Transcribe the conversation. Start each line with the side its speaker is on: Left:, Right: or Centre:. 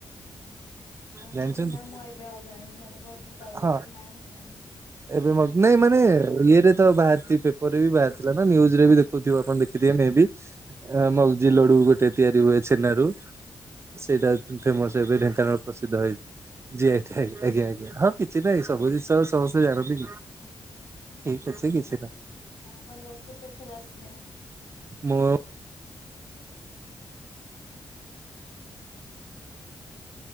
Left: ଅ
Right: ଜାଣିଛନ୍ତି
Left: ହଁ ନା ମୁଁ ଆ ଏବେ ଆଉ ଯାଇନି ସେଟା ବହୁତ ଦିନ ତଳେ
Right: ହଁ
Left: ଯାଇଥିଲି ନାଇନି। <unintelligible>
Right: ଏବେ ମୁଁ ଭାବୁଚି ନାଇଁ ମାନେ ଇଏରେ ତ ବାହାରିଚି, ପେପର ରେ ବି ବାହାରି ଥିଲା ନା ନ୍ୟୁଜ ରେ ବି ଦେଖୁଥିବ ଆପଣ ଦେଖିଥିବେ ମେଁ ବି। ଆ ମଗଜି ଲଡୁ ଗୋଟ୍ ତେ ତିଆରି ହୁଏ ଛେନା ରୁ, ସେଇଟା ଫେମସ୍ ଏବେ ଢେଙ୍କାନାଳ ପ୍ରସିଦ୍ଧ ହେଇ ଯେ ଟାଇମ୍ ଆଜ୍ଞା ଆଜ୍ଞା। ହଁ କିଛି ନାହିଁ ସବୁ
Left: ହୁଁ
Right: ଜିନିଷ ସମସ୍ତେ ଜାଣନ୍ତି କି? ଠିକ୍
Left: ହୁଁ
Right: ଅଛି
Left: ହୁଁ
Right: କିଛି ନାହିଁ।
Left: ଆଉ ଆପଣ ଯାଜପୁର କେତ ଥର ଆସିଲେଣି?
Right: ମୋ